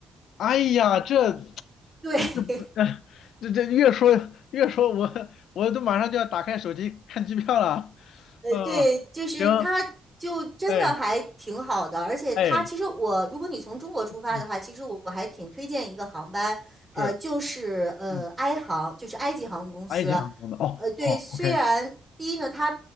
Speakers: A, on the left (about 80°); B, on the right (about 15°).
A: 哎呀，这
B: 对，
A: 不是不，<laughs> 这这越说越说我我都马上就要打开手机看机票了。
B: 呃，
A: 嗯，
B: 对，就是他就真的还挺好的，
A: 行，哎
B: 而且他其实我，
A: 哎，
B: 如果你从中国出发的话，
A: 嗯，
B: 其实我我还挺推荐一个航班，
A: 是，
B: 呃，就是呃埃航，
A: 嗯，
B: 就是埃及航空公司，
A: 埃及航空的，哦哦，OK。
B: 呃，对，虽然第一呢，它